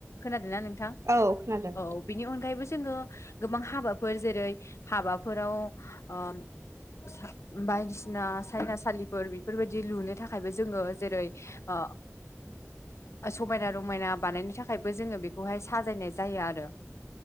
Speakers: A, on the left; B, on the right.
A: खोनादोना नोंथां?
B: औ खोनादों नोंथां
A: औ बिनि अनगायैबो जोङो गोबां हाबाफोर जेरै हाबाफोराव ओ असा बायदिसिना सायनासालिफोर बेफोरबायदि दि लुनो थाखायबो जोङो जेरै ओ समायना रमायना बानायनो थाखायबो जोङो बेखौहाय साजायनाय जायो आरो।